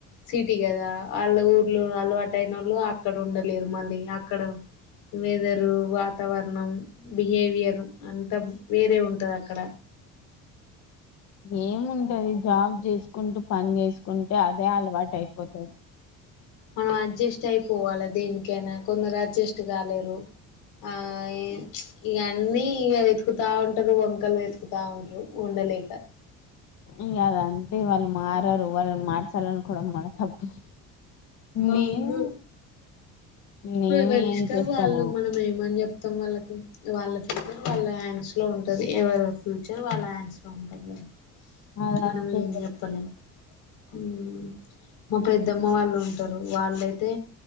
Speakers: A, on the left; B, on the left.
A: సిటీ కదా వాళ్ల ఊర్లో అలవాటైనోళ్ళు అక్కడ ఉండలేరు మళ్ళీ అక్కడ వెదరు వాతావరణం బిహేవియర్ అంతా వేరే ఉంటది అక్కడ
B: ఏముంటది జాబ్ చేసుకుంటూ పని చేసుకుంటే అదే అలవాటు అయిపోతది
A: మనం అడ్జస్ట్ అయిపోవాలి దేనికైనా కొందరు అడ్జస్ట్ కాలేరు ఆ ఏ ఇగ అన్నీ వెతుకుతా ఉంటారు వంకలు వెతుకుతా ఉంటారు ఉండలేక
B: ఇకా అదంటే వాళ్ళు మారరు వాళ్ళని మార్చాలి అనుకోవడం మన తప్పు
A: అవును
B: నేను నేను
A: ఎవరి ఇష్టం
B: ఏం చేస్తానో
A: వాళ్ళు మనం ఏమని చెప్ మొత్తం వాళ్ళకు కూతురు వాళ్ళ హ్యాండ్స్ ఉంటది ఎవరి ఫ్యూచర్ వాళ్ళ హ్యాండ్స్ ఉంటదికదా
B: అదంతే
A: మనం ఏం
B: ఇగ
A: చెప్పలేం ఊ మా పెద్దమ్మ వాళ్ళు ఉ ఉంటారు వాళ్ళైతే